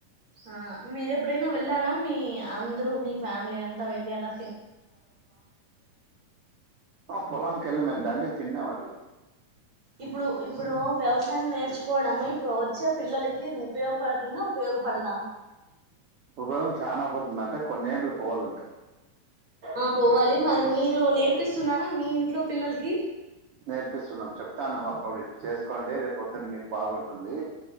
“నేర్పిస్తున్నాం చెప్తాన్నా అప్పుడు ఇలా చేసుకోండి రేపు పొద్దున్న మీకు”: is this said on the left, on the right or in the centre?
Right